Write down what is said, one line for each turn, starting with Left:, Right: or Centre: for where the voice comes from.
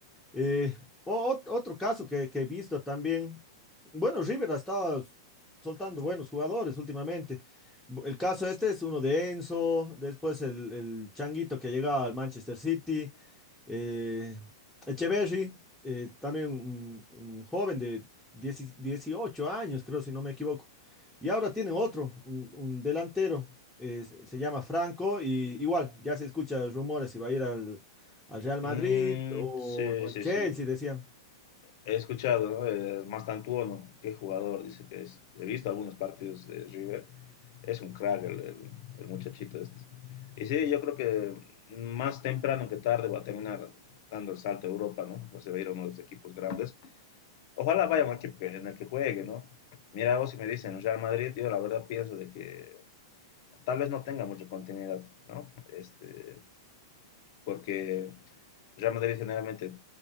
Centre: Eh, o- ot- otro caso que, que he visto también, bueno, River ha estado soltando buenos jugadores últimamente. Bu- El caso este es uno de Enzo, después el, el Changuito que llega al Manchester City, eh, Echeverry, eh, también un, un joven de 10 18 años, creo, si no me equivoco. Y ahora tienen otro, un, un delantero, eh, se se llama Franco, y igual, ya se escuchan rumores si va a ir al al Real Madrid
Left: Mm,
Centre: o,
Left: sí,
Centre: o al
Left: sí,
Centre: Chelsea,
Left: sí.
Centre: decían.
Left: He escuchado, ¿no? Eh, Mastantuono, qué jugador, dice que es. He visto algunos partidos de River. Es un crack el, el- el muchachito este. Y sí, yo creo que más temprano que tarde va a terminar dando el salto a Europa, ¿no? Pues se va a ir a uno de los equipos grandes. Ojalá vaya a un equipo que- en el que juegue, ¿no? Mira, vos si me dicen Real Madrid, yo la verdad pienso de que tal vez no tenga mucha continuidad, ¿no? Este, porque Real Madrid generalmente